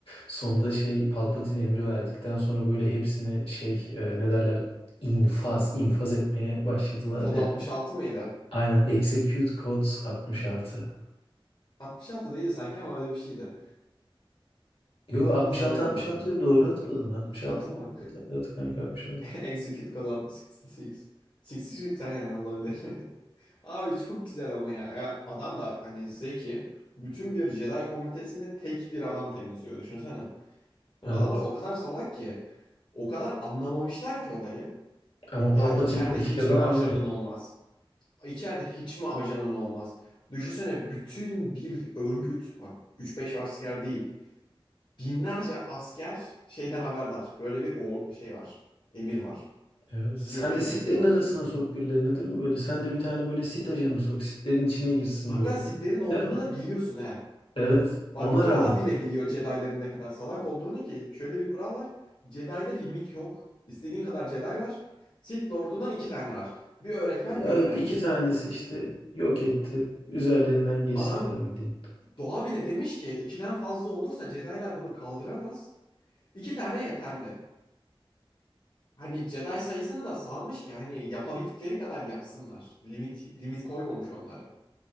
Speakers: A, on the left; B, on the left.
A: sonda şey Palpatine emri verdikten sonra böyle hepsini şey e, ne derler infaz infaz etmeye başladılar
B: <laughs> Kod altmış altı mıydı?
A: Aynen execute codes 66.
B: 66 değil sanki ama öyle bir şeydi.
A: Yo
B: Tam
A: 66
B: hatırlayamadım
A: 66
B: mı?
A: doğru hatırladın. 66
B: 66 mı?
A: evet, evet kanka 66.
B: <laughs> Execute Code 66. 66 aynen olabilir. <laughs> Abi çok güzel ama ya. Ya Adam da hani zeki. Bütün bir Jedi komitesini tek bir adam temizliyor. Düşünsene. Yani
A: Evet.
B: adamlar o kadar salak ki. O kadar anlamamışlar ki olayı.
A: Ama
B: Ya
A: Palpatine
B: içeride
A: politikadan
B: hiçbir
A: anlıyor.
B: ajanın olmaz. İçeride hiç mi ajanın olmaz? Düşünsene bütün bir örgüt. Bak 3-5 asker değil. Binlerce asker şeyden haberdar. Böyle bir o şey var. Emir var.
A: Evet.
B: Sizi
A: Sen
B: yok etmek
A: de sitlerin
B: istiyorlar.
A: arasına sok birilerini değil mi böyle? Sen de bir tane böyle sit ajanı sok. Sitlerin içine girsin
B: Hatta
A: böyle.
B: Sith'lerin olduğunu
A: Değil mi?
B: da biliyorsun he.
A: Evet.
B: Bak
A: Ona
B: doğa
A: rağmen.
B: bile biliyor Jedi'ların ne kadar salak olduğunu ki. Şöyle bir kural var. Jedi'de limit yok. İstediğin kadar Jedi var. Sith Lord'undan iki tane var. Bir öğretmen
A: Bir- Evet,
B: bir öğrenci.
A: iki tanesi işte yok etti. Üzerlerinden geçtiler
B: Adam
A: bildiğin.
B: doğa bile demiş ki ikiden fazla olursa Jedi'lar bunu kaldıramaz. İki tane yeterli. Hani Jedi sayısını da salmış ki hani yapabildikleri kadar yapsınlar. Limit limit koymamış onlara.